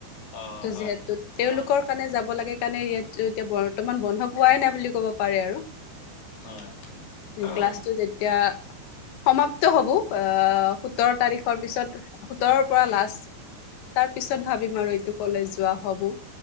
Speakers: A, on the left; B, on the left.
A: অ
B: ত'
A: হয়
B: যিহেতু তেওঁলোকৰ
A: ত
B: কাৰণে যাব লাগে কাৰণে ইয়াত এতিয়া ব বৰ্তমান বন্ধ পোৱা নাই বুলি কব পাৰে আৰু,
A: হয় হয়
B: ক্লাছটো এতিয়া সমাপ্ত হ'ব, আহ সোতৰ তাৰিখৰ পিছত সোতৰৰ পৰা লাষ্ট, তাৰ পিছত ভাবিম আৰু এইটো কলে যোৱা হ'ব।